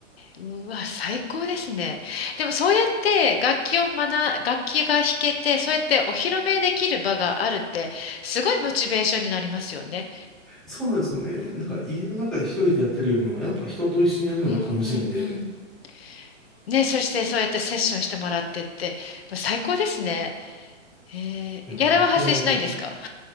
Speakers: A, on the left (about 50°); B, in the centre.
A: うわ、最高ですね。でもそうやって楽器を学、楽器が弾けて、そうやってお披露目できる場があるって、すごいモチベーションになりますよね。
B: そうなんですよね。
A: うん、
B: なんか、家の中で一人でやってるよりも、やっぱ人と一緒にやるのが楽しいんで、
A: うん、うん。うんね、そしてそうやってセッションしてもらってって、まあ最高ですね。えー、
B: でも僕は、
A: ギャラは発生しないんですか
B: あの、